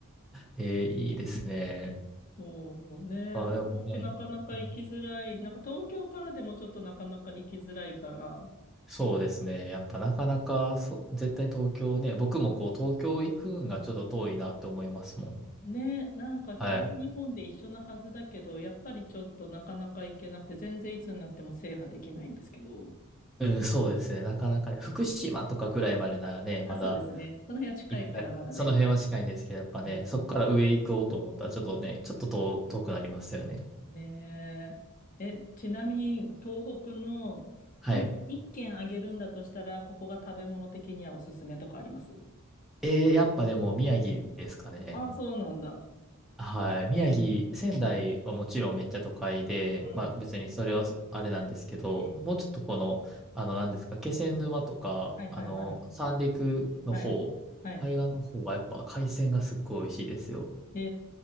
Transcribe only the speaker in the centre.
えー、いいですね。
あ、
でもね、うん
そうですね。やっぱなかなか、そう、絶対東京ね、僕もこう東京行くんがちょっと遠いなって思いますもん。
はい。
うん、そうですね。なかなかね、福島とかぐらいまでならね、まだ
行け、いやその辺は近いんですけど、やっぱね、
そこから上行こうと思ったら、ちょっとね、ちょっと遠、遠くなりますよね。
はい。
えー、やっぱでも宮城ですかね。
はい。宮城、仙台はもちろんめっちゃ都会で、
まあ別にそれはそあれなんですけど、
もうちょっとこの、あの何ですか、気仙沼とか、
あの、三陸の方、
海岸の方はやっぱ海鮮がすっごい美味しいですよ。